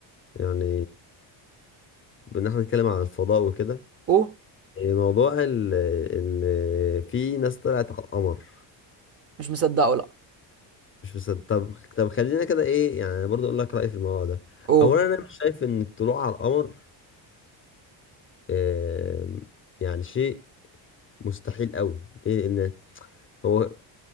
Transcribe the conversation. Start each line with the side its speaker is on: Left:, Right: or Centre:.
Left: يعني ان احنا نتكلم عن الفضاء وكده
Right: قول
Left: موضوع ال... ان في ناس طلعت على القمر
Right: مش مصدقه لا
Left: مش مصدق طب طب خلينا كده ايه يعني أنا برضو اقول لك رايي في الموضوع ده
Right: قول
Left: اولا انا مش شايف ان الطلوع على القمر آم، يعني شيء مستحيل قوي ليه لان هو